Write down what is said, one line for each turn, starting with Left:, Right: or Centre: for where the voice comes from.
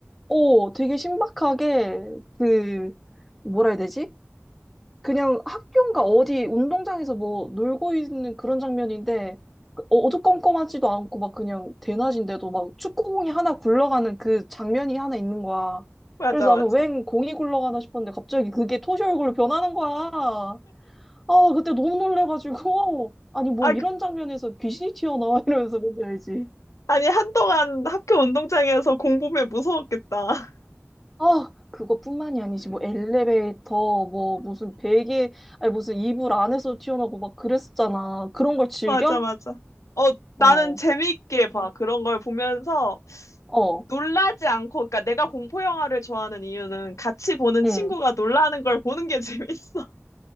Centre: 어, 되게 신박하게 그, 뭐라 해야 되지? 그냥 학교인가 어디 운동장에서 뭐 놀고 있는 그런 장면인데 그 어- 어두컴컴하지도 않고 막 그냥 대낮인데도 막 축구공이 하나 굴러가는 그 장면이 하나 있는 거야.
Left: 맞아,
Centre: 그래서
Left: 맞아.
Centre: 나는 웬 공이 굴러가나 싶었는데 갑자기 그게 토시 얼굴로 변하는 거야. 아, 그때 너무 놀래가지고. <laughs> 아니, 뭐
Left: 아,
Centre: 이런
Left: 그-
Centre: 장면에서 귀신이 튀어나와 이러면서 뭔지 알지?
Left: 아니, 한동안 학교 운동장에서 공부면 무서웠겠다. <laughs>
Centre: 아, 그것뿐만이 아니지. 뭐 엘리베이터, 뭐 무슨 베개, 아니 무슨 이불 안에서 튀어나오고 막 그랬었잖아. 그런 걸 즐겨?
Left: 맞아, 맞아. 어, 나는
Centre: 어,
Left: 재미있게 봐. 그런 걸 보면서
Centre: 어,
Left: 놀라지 않고, 그러니까 내가 공포 영화를 좋아하는 이유는 같이 보는 친구가
Centre: 응.
Left: 놀라는 걸 보는 게 <laughs> 재밌어.